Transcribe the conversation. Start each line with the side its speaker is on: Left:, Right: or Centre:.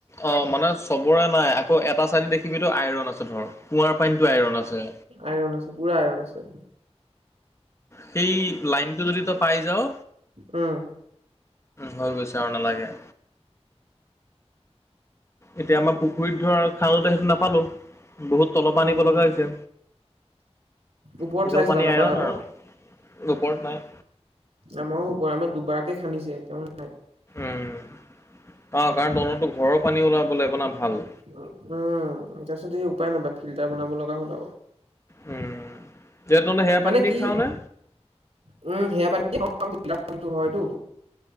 Left: অ', মানে চবৰে নাই, আকৌ এটা চাইডে দেখিবিটো আইৰণ আছে ধৰ কুঁৱাৰ পানীতো আইৰণ আছে।
Right: আইৰণ আছে পুৰা আইৰণ আছে।
Left: সেই লাইনটো যদি তই পাই যাাৱ
Right: উম
Left: হৈ গৈছে আৰু নালাগে। এতিয়া আমাৰ পুখুৰীত ধৰ খালোতে সেইটো নাপালো। বহুত তল
Right: উম
Left: পৰা আনিব লগা হৈছে,
Right: ওপৰত
Left: সেইগাল
Right: চাইছিলা
Left: পানী
Right: নাপালা
Left: আইৰণ
Right: ন
Left: আৰু। ওপৰত নাই।
Right: আমাৰো <unintelligible> আমাৰ দুবাৰকে খান্দিছে তেওঁ
Left: উম, অ', কাৰণ তহঁতটো ঘৰৰ পানী ওলাব লাগিব ন' ভাল।
Right: উম। তাৰ পিছত এই উপায় নাপাই ফিল্টাৰ বনাব লগা হ'ল আৰু।
Left: উম, তে তহঁতে সেয়া
Right: মানে
Left: পানী দি
Right: কি
Left: খাৱ নে?
Right: উম সেয়া <unintelligible> পানী হয়তো